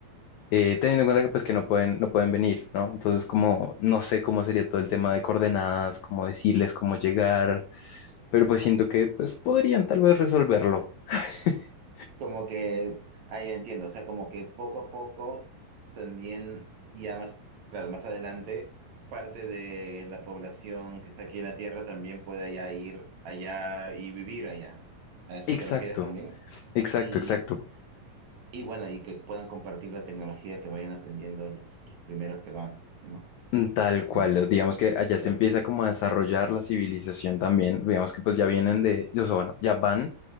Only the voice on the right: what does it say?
Como que, ahí entiendo, o sea, como que poco a poco también, ya más, claro, más adelante, parte de la población que está aquí en la Tierra también puede ya ir allá y vivir allá. ¿A eso
te refieres también?
Y,
y bueno, y que puedan compartir la tecnología que vayan aprendiendo los, los primeros que van, ¿no?
Con,
con-
con
nosotros.